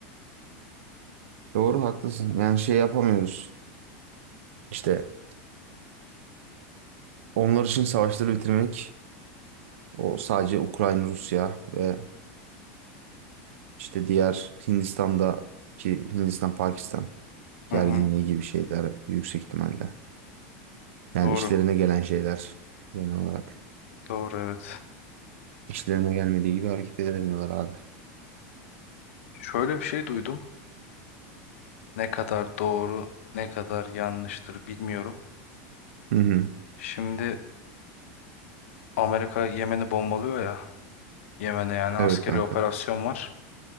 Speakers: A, on the right; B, on the left.
A: Doğru haklısın. Yani şey yapamıyoruz. İşte onlar için savaşları bitirmek o sadece Ukrayna, Rusya ve işte diğer Hindistan'daki Hindistan, Pakistan gerginliği
B: Hı hı.
A: gibi şeyler yüksek ihtimalle. Yani
B: Doğru.
A: işlerine gelen şeyler genel olarak.
B: Doğru evet.
A: İşlerine gelmediği gibi hareket edemiyorlar abi.
B: Şöyle bir şey duydum. Ne kadar doğru, ne kadar yanlıştır bilmiyorum.
A: Hı hı.
B: Şimdi Amerika Yemen'i bombalıyor ya. Yemen'e yani askeri
A: Evet kanka.
B: operasyon var.